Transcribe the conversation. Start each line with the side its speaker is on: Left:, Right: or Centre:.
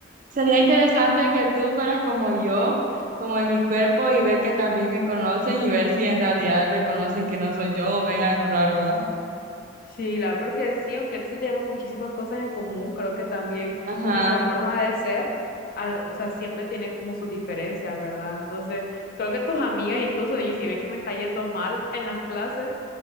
Right: Sería interesante que tú fueras como yo, como en mi cuerpo, y ver que también me conocen y ver si en realidad reconocen que no soy yo o ven algo raro, ¿va?
Left: Sí, la verdad, porque sí, aunque sí tenemos muchísimas cosas en común, creo que también
Right: Ajá.
Left: nuestra forma de ser, al- o sea, siempre tiene como sus diferencias, ¿verdad? Entonces, creo que tus amigas incluso, y si ven que me está yendo mal en las clases,